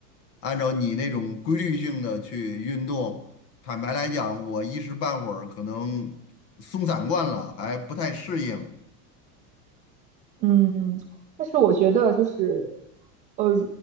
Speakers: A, on the left; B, on the right.
A: 按照你那种规律性的去运动，坦白来讲，我一时半会儿可能松散惯了，还不太适应。
B: 嗯，但是我觉得就是，呃，